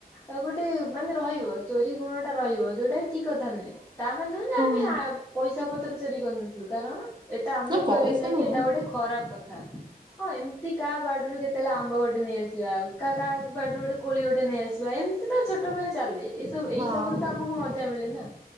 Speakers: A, on the left; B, on the right.
A: ଆଉ ଗୋଟେ ମାନେ ରହିବ ଚୋରି ଗୁଣ ଟା ରହିବ ଯୋଉଟା କି ଠିକ କଥା ନୁହେଁ। ତା ମାନେ ନୁହଁ ଆମେ
B: ହଁ
A: ପଇସା ପତ୍ର ଚୋରି କରିନ କାରଣ ଏଟା ଆମକୁ
B: ନା
A: କୁହାଯାଇଥିଲା
B: ପଇସା ନୁହେଁ
A: କି ଏଟା ଗୋଟେ ଖରାପ କଥା ହଁ ଏମ୍ ତି କାହା ବାଡ଼ିରୁ କେତେବେଳେ ଆମ୍ବ ଗୋଟେ ନେଇ ଆସିବା ଆଉ କା କାହା ବାଡ଼ିରୁ ଗୋଟେ କୋଳି ଗୋଟେ ନେଇ ଆସିବା ଏମିତି ତ ଛୋଟବେଳେ ଚାଲେ ଏସବୁ ଏଇ
B: ହଁ
A: ସବୁ ରୁ ତ ଆମ କୁ ମଜା ମିଳେ ନା